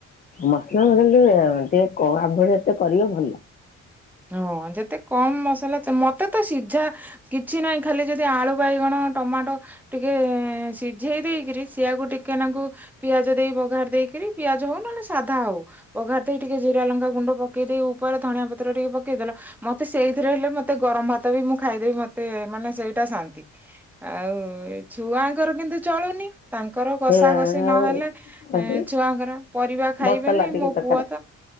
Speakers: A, on the left; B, in the centre.
A: ମସଲା ମସଲା ଟିକେ ଟିକେ ଆଭଳି ଏତେ କରିବ ଭଲ।
B: ହଁ ଯେତେ କମ ମସଲା ମତେ ତ ସିଝା କିଛି ନାହିଁ ଖାଲି ଯଦି ଆଳୁ ବାଇଗଣ ଟମାଟୋ ଟିକେ ସିଝେଇ ଦେଇକିରି ସିଏଆକୁ ଟିକେ ନାଙ୍କୁ ପିଆଜ ଦେଇ ବଘାରି ଦେଇକିରି ପିଆଜ ହଉ ନହେଲେ ସାଧା ହଉ ପଘାରି ଦେଇ ଟିକେ ଜିରା ଲଙ୍କା ଗୁଣ୍ଡ ପକେଇ ଦେଇ ଉପରେ ଧଣିଆ ପତ୍ର ଟିକେ ପକେଇଦେଲ ମତେ ସେଇଥିରେ ହେଲେ ମତେ ଗରମ ଭାତ ବି ମୁଁ ଖାଇଦେବି ମତେ ମାନେ ସେଇଟା ଶାନ୍ତି। ଆଉ ଛୁଆଙ୍କର କିନ୍ତୁ ଚଳୁନି ତାଙ୍କର କଷା
A: ସେ
B: କଷି
A: ଆମେ
B: ନହେଲେ
A: ଆଉ ଆସି
B: ଛୁଆଙ୍କର ପରିବା ଖାଇବେନି
A: ମସଲା ଟିକେ
B: ମୋ
A: ଦରକାର
B: ପୁଅ ତ